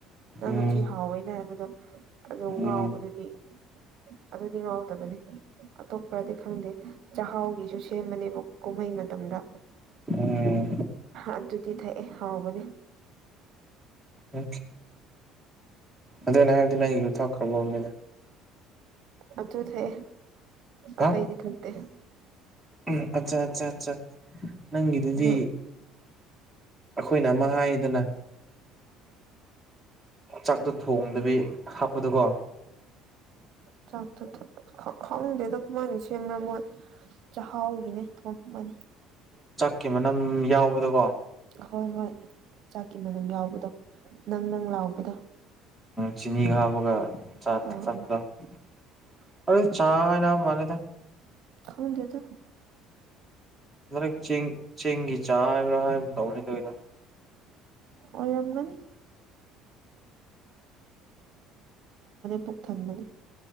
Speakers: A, on the right (about 55°); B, in the centre.
A: ꯅꯪꯅꯆꯦ
B: ꯎꯝ
A: ꯍꯥꯎꯋꯦꯅꯦ ꯍꯥꯏꯕꯗꯣ ꯀꯩꯅꯣꯝ
B: ꯎꯝ
A: ꯉꯥꯎꯕꯗꯨꯗꯤ ꯑꯗꯨꯗꯤ ꯉꯥꯎꯗꯕꯅꯦ ꯑꯇꯣꯞꯄꯗꯤ ꯈꯪꯗꯦ ꯆꯥꯛꯍꯥꯎꯒꯤꯁꯨ ꯁꯦꯝꯕꯅꯦꯕ ꯀꯨꯝꯍꯩ ꯃꯇꯝꯗ
B: ꯎꯝ
A: ꯑꯗꯨꯗꯤ ꯊꯩ ꯑꯦ ꯍꯕꯅꯦ
B: ꯑ ꯑꯗꯨꯗ ꯅꯍꯗꯅ ꯌꯨ ꯊꯥꯎ ꯈꯕꯣꯅꯤꯗ
A: ꯑꯗꯨ ꯊꯦ ꯑꯇꯩ
B: ꯍꯥ
A: ꯏꯗꯤ ꯊꯇꯦ
B: ꯎꯝ ꯑꯠꯆꯥ ꯑꯠꯆꯥ ꯑꯠꯆꯥ ꯅꯪꯒꯤꯗꯨꯗꯤ
A: ꯑꯗꯨ
B: ꯑꯩꯈꯣꯏꯅ ꯑꯃ ꯍꯥꯏꯗꯅ ꯆꯥꯛꯇꯣ ꯊꯣꯡꯗꯕꯤ ꯍꯥꯞꯄꯗꯨꯀꯣ
A: ꯆꯥꯛ ꯈꯗꯦꯗ ꯀꯃꯥꯏꯅꯁꯤ ꯃꯔ ꯃꯣꯟ ꯆꯥꯛꯍꯥꯎꯒꯤꯅꯦ ꯊꯝ ꯑꯃꯅꯤꯅꯤ
B: ꯀꯦ ꯃꯅꯝ ꯌꯥꯎꯕꯗꯀꯣ
A: ꯑ ꯍꯣꯏ ꯍꯣꯏ ꯆꯥꯛꯀꯤ ꯃꯅꯝ ꯌꯥꯎꯕꯗꯣ ꯅꯪ ꯅꯪ ꯂꯥꯎꯕꯗꯣ
B: ꯆꯤꯅꯤ ꯍꯥꯞꯄꯒ ꯆꯥꯛ
A: ꯑꯥ
B: ꯊ
A: ꯑꯥ
B: ꯆꯗ ꯆꯥ ꯍꯅ ꯃꯥꯜꯂꯤꯦꯗ
A: ꯈꯥꯎꯟꯗꯦꯇ
B: ꯍꯟꯗꯛ ꯆꯦꯡ ꯆꯦꯡꯒꯤ ꯆꯥ ꯍꯥꯏꯕ꯭ꯔꯥ ꯍꯥꯏꯕ ꯇꯧꯅꯦ ꯇꯗ
A: ꯑꯣꯏ ꯌꯥꯝꯝꯒꯅꯤ ꯇꯞ ꯊꯪꯗꯦ